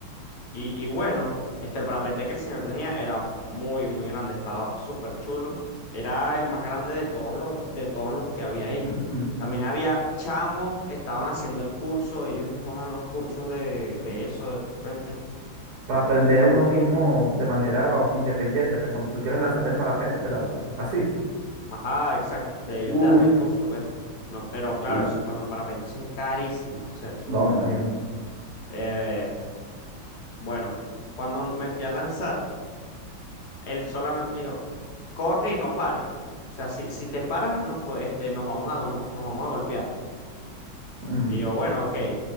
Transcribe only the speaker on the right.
Ujú.
Para aprender a uno mismo de manera independiente, pues cuando tú quieras lanzarte en parapente te lanzas. Así.
Uf,
uf.
No, me imagino.
Mm.